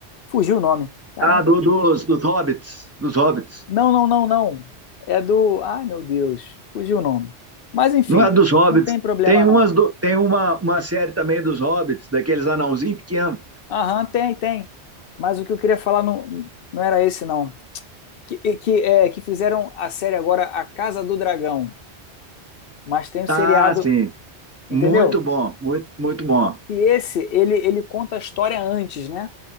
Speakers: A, on the left; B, on the right.
A: Fugiu o nome. Caramba.
B: Ah, do, dos, dos hobbits, dos hobbits.
A: Não, não, não, não. É do. Ai, meu Deus, fugiu o nome. Mas enfim,
B: Não é dos hobbits.
A: não tem problema
B: Tem umas
A: não.
B: do- tem uma, uma série também dos hobbits, daqueles anãozinhos pequenos.
A: Aham, tem, tem. Mas o que eu queria falar não, não era esse, não. Que, e que, é, que fizeram a série agora A Casa do Dragão. Mas tem o
B: Ah,
A: seriado,
B: sim.
A: entendeu?
B: Muito bom, muito, muito bom.
A: que esse ele, ele conta a história antes, né?